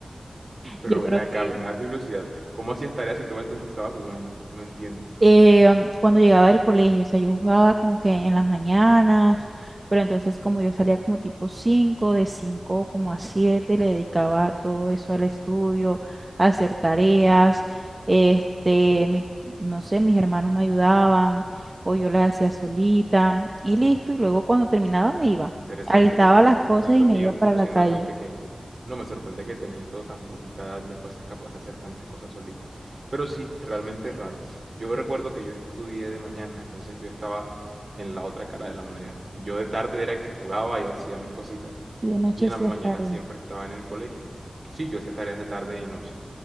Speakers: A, on the right; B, on the right.
A: Pero
B: Yo creo
A: ven acá,
B: que
A: a mí me da curiosidad. ¿Cómo hacías tareas si todo el tiempo estabas jugando? No entiendo.
B: eh, um, cuando llegaba del colegio, o sea, yo jugaba como que en las mañanas, pero entonces como yo salía como tipo cinco de 5 como a 7 le dedicaba todo eso al estudio, a hacer tareas, este, mi- no sé, mis hermanos me ayudaban o yo las hacía solita y listo, y luego cuando terminaba me iba,
A: Interesante
B: alistaba
A: que tuvieses
B: las cosas
A: tanto
B: y me
A: tiempo
B: iba para la
A: siendo
B: calle.
A: tan pequeña. No me sorprende que teniendo tan poquita edad ya fueses capaz de hacer tantas cosas solita. Pero sí, realmente raro. Yo recuerdo que yo estudié de mañana, entonces yo estaba en la otra cara de la moneda. Yo de tarde era que jugaba y hacía mis cositas.
B: Y de noche
A: Y en
B: hacía
A: la mañana
B: tarea.
A: siempre estaba en el colegio. Sí, yo hacía tareas de tarde y noche.